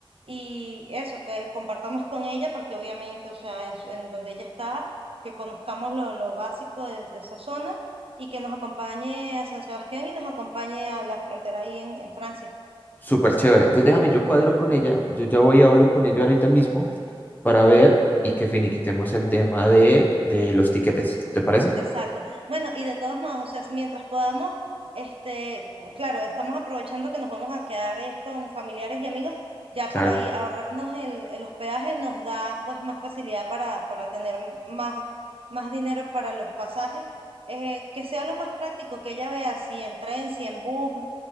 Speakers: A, on the right (about 75°); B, on the left (about 20°).
A: y eso, que compartamos con ella, porque obviamente, o sea, en, su- en donde ella está, que conozcamos lo, lo básico de, de esa zona y que nos acompañe a San Sebastián y nos acompañe a la frontera ahí en en Francia.
B: Súper chévere. Entonces déjame, yo cuadro con ella, yo ya voy y hablo con ella ahorita mismo para ver y que finiquitemos el tema de, de los tiquetes. ¿Te parece?
A: Exacto. Bueno, y de todos modos, o sea, mientras podamos, este, claro, estamos aprovechando que nos vamos a quedar es con familiares y amigos, ya
B: Claro,
A: por ahí ahorrarnos el, el hospedaje nos da pues más facilidad para, para tener más, más dinero para los pasajes, eh, que sea lo más práctico, que ella vea si en tren, si en bus, o